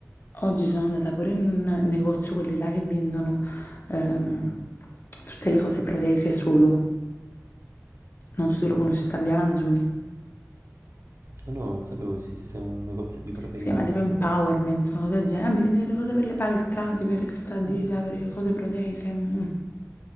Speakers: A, on the left; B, on the right.
A: Oggi sono andata pure in un negozio, quelli là che vendono ehm, tutte le cose proteiche solo. Non so se lo conosci, sta via Manzoni.
B: Ah no, non sapevo esistesse un negozio di proteine.
A: Si chiama tipo Empowerment, una cosa del genere. Vabbè, vendete le cose per le palestrati, per questa dieta,
B: Ah.
A: per le cose proteiche. mm.